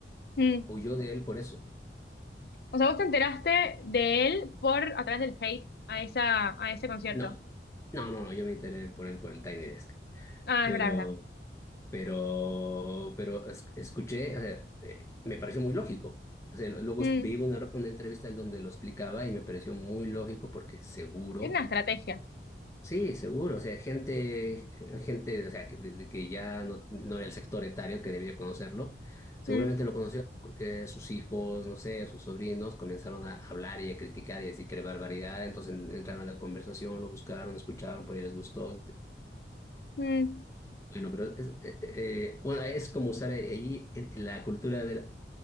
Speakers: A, on the left; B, on the left.
A: Mm.
B: o yo de él por eso.
A: O sea, vos te enteraste de él por a través del hate a esa, a ese concierto.
B: No, no, no, no, yo me enteré por él por el Tiny Desk.
A: Ah,
B: Pero,
A: es verdad, es verdad.
B: pero, pero es- escuché, o sea, eh, me pareció muy lógico. O sea, luego
A: Mm.
B: vi una, una entrevista en donde lo explicaba y me pareció muy lógico porque seguro.
A: Es una estrategia.
B: Sí, seguro, o sea, gente, gente, o sea, que, de- de que ya no, no era el sector etario que debía conocerlo, seguramente
A: Mm,
B: lo conoció porque sus hijos, no sé, sus sobrinos comenzaron a hablar y a criticar y a decir que era barbaridad, entonces en- entraron a la conversación, lo buscaron, escucharon, por ahí les gustó.
A: mm.
B: Bueno, pero es, eh, eh, bueno, es como usar allí la cultura del...